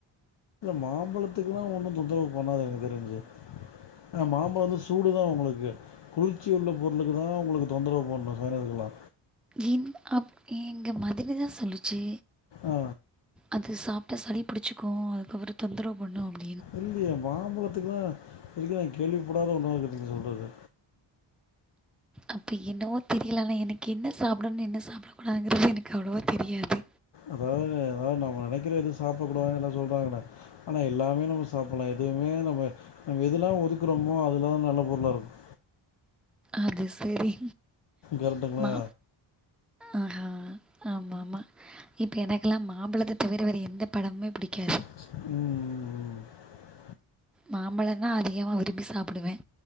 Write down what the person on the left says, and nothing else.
மாம்ழத்துக்ல்லா ஒன்னு தொந்ரவு பண்ணாது எனக்கு தெரிஞ்ஜி ஆ மாம்ழோ வந்து சூடுதா உங்ளுக்கு குளிர்ச்சி உள்ள பொருளுக்கு தா உங்ளுக்கு தொந்தரவு பண்ணு ஸைனஸ்க்ல்லா
ஆ
இல்லியே மாம்ழத்துக்லா இதுவரைக்கு கேள்விப்படாத ஒன்னால இருக்கு நீங்க சொல்றது
அதாவது அதாவது நம்ம நெனைக்கிற எதும் சாப்பிடக்கூடாதுன்னு எல்லா சொல்றாங்கல்ல ஆனா எல்லாமே நம்ம சாப்ட்லா எதுவுமே நம்ம நம்ம எதுலா ஒதுக்றோமோ அதலா நல்ல பொருளா இருக்கு
கரெக்ட்டுங்களா
ம் ம் ம்